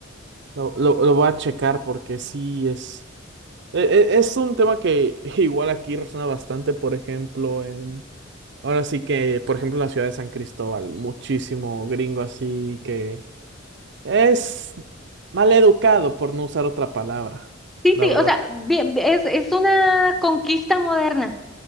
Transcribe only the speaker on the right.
lo, lo- lo voy a checar porque sí es, e- e- es un tema que <laughs> igual aquí resuena bastante, por ejemplo, en, ahora sí que, por ejemplo, en la ciudad de San Cristóbal, muchísimo gringo así que es mal educado por no usar otra palabra,
la
verdad.